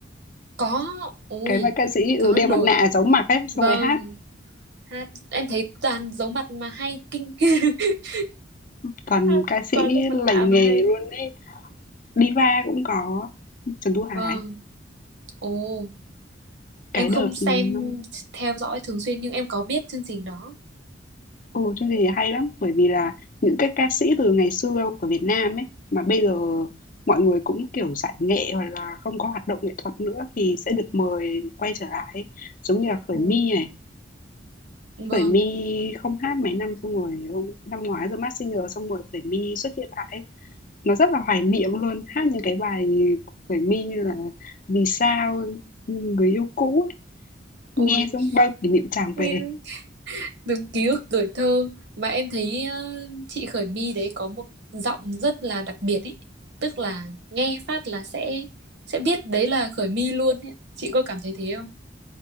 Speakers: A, on the right; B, on the left.
A: Có, ui,
B: Cái mà ca sĩ,
A: có
B: ừ, đeo
A: nổi.
B: mặt nạ giấu mặt ấy, xong
A: Vâng,
B: rồi hát.
A: hát em thấy toàn giấu mặt mà hay kinh <laughs>
B: Còn
A: hát
B: ca sĩ
A: quá lớp mặt
B: lành
A: nạ
B: nghề
A: mà hay.
B: luôn ấy, diva cũng có Trần Thu Hải.
A: Vâng. Ồ, em
B: Cái
A: không
B: đợt
A: xem
B: ừ, năm
A: theo dõi thường xuyên nhưng em có biết chương trình đó.
B: ừ, chương trình này hay lắm, bởi vì là những cái ca sĩ từ ngày xưa của Việt Nam ấy mà bây giờ mọi người cũng kiểu giải nghệ hoặc là không có hoạt động nghệ thuật nữa thì sẽ được mời quay trở lại ấy. Giống như là Khởi
A: Ừ,
B: My này,
A: vâng,
B: Khởi My không hát mấy năm xong rồi hôm- năm ngoái The Masked Singer xong rồi Khởi My xuất hiện lại ấy. Nó rất là hoài niệm luôn, hát những cái bài của Khởi My như là "Vì sao", ừ, "Người yêu cũ" ấy,
A: ôi,
B: nghe xong bao kỷ niệm tràn
A: nguyên
B: về.
A: từng ký ức tuổi thơ mà em thấy ờ, chị Khởi My đấy có một giọng rất là đặc biệt ý, tức là nghe phát là sẽ sẽ biết đấy là Khởi My luôn ý. Chị có cảm thấy thế không?